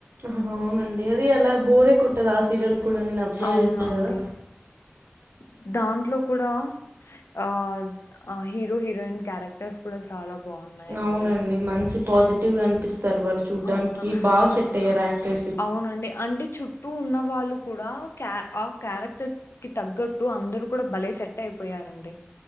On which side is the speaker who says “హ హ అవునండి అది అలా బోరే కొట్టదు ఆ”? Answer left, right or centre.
Right